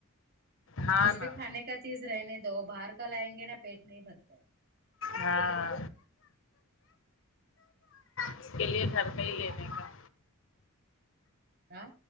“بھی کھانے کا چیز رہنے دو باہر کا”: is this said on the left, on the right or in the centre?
Right